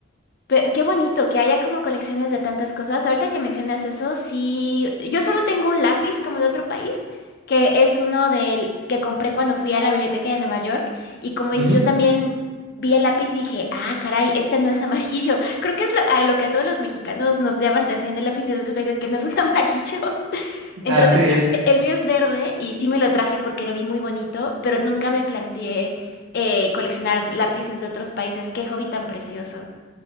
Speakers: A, on the left (about 50°); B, on the right (about 80°).
A: Pe- qué bonito que haya como colecciones de tantas cosas. Ahorita que mencionas eso, sí, yo solo tengo un lápiz como de otro país, que es uno del que compré cuando fui a la biblioteca de Nueva York. Y como dices,
B: Ujú,
A: yo también vi el lápiz y dije, ah, caray, este no es amarillo. <laughs> Creo que es lo, a lo que a todos los mexicanos nos llama la atención de lápices de otros países que no son <laughs> amarillos. Entonces,
B: Así es,
A: e- el mío es verde y sí me lo traje porque lo vi muy bonito, pero nunca me planteé eh, coleccionar lápices de otros países. Qué hobby tan precioso.